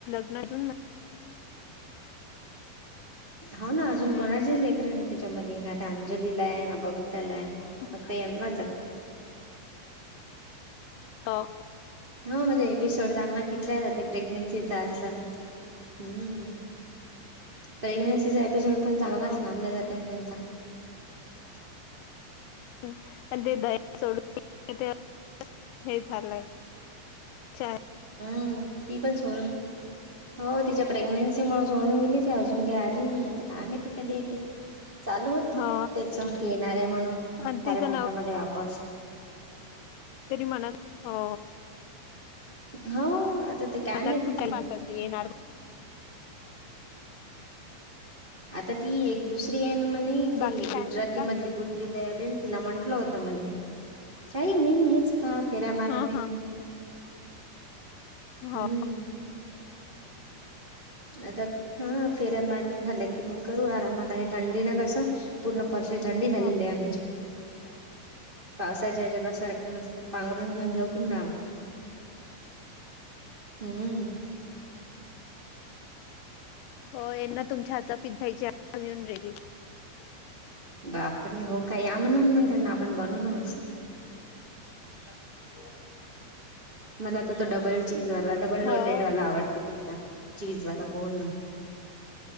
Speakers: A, on the left; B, on the right.
A: नजून म
B: हो ना अजून
A: हम्म
B: कोणाचेच लेकरं नाय त्याच्यामध्ये ना त्या अंजलीला आहे ना बबी ताला आहे
A: हम्म
B: फक्त यांनाच आहे
A: का
B: हां म्हणजे एपिसोड चांगला खेचला जाते प्रेग्नेंसी चा असला तर हंम्म प्रेग्नेन्सीचा एपिसोड पण चांगलाच
A: हो
B: लांबल्या जाते न तेंचा हं च
A: म्म अन ते दया सोडून गे तेव्हा स हे झालंय चाय
B: हम्म ती पण सोडून हो तिच्या प्रेग्नेन्सी मूळ सोडून गे अजून काय आली नाही आता काय माहिती कधी येते चालू होत
A: हा
B: तेच येणारे म्हणून
A: आणि तिचा
B: तारक मेहता मध्ये वापस
A: तरी मनात हो
B: होव आता ते काय
A: मधात
B: माहिती
A: खूप काही
B: ती
A: वाटत येणार
B: आता ती एक दुसरी आहे ना म्हणे ती
A: बाकी काय
B: गुजराती
A: म्हणता
B: मधली गुुजू दया भेन तिला म्हंटलं होता म्हणे काय नाही हेच हा फेऱ्या मारत
A: हा
B: आहे
A: हा
B: मी
A: हो
B: हम्म आता हां फेऱ्या मारणं झालं की मंग करू आराम आता हे थंडीनं कसं पूर्ण फर्शी थंडी झालेली
A: हो
B: आहे आमची पावसाच्या हेज्याला सारख नुस्त पांघरून घेऊन झोपून राव हम्म म म
A: होयना तुमच्या हातचा पि खायची आ ऊन राहीली
B: बापरे हो का या म्हणा न मग त्यांना आपण बनवून मस्त तर केलास न तो मला तर तो डबल चीज वाला डबल
A: हो
B: लोडेेड वाला आवडते पिझ्झा चीजवाला बोल ना